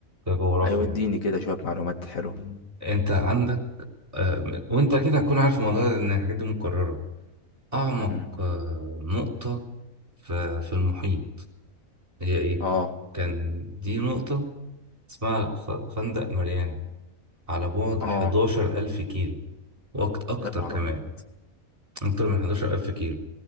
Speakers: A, on the right (about 20°); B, on the left (about 65°).
A: جغرافيا
B: ايوه اديني
A: يعني
B: كده شويه معلومات حلوه
A: انت عندك آه، وانت كده هتكون عارف الموضوع ده لان الحاجات دي مكرره اعمق
B: مم.
A: آه، نقطه في في المحيط هي ايه
B: اه
A: كان دي نقطه اسمها خ- خندق ماريانا على بعد
B: اه
A: 11000 كيلو وأكتر
B: يا نهار
A: كمان
B: ابيض
A: أكتر من 11000 كيلو